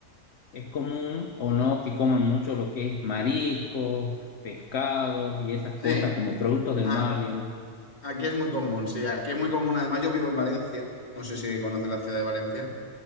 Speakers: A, on the left; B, on the left.
A: es común o no que coman mucho lo que es mariscos, pescados y esas
B: Sí,
A: cosas como productos del
B: ah,
A: mar, digamos.
B: aquí es muy común, sí, aquí es muy común. Además, yo vivo en Valencia, no sé si conoces la ciudad de Valencia.